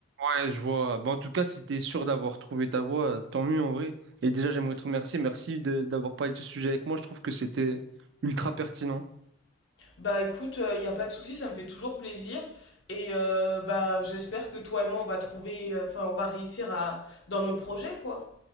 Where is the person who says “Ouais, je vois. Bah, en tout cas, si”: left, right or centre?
Right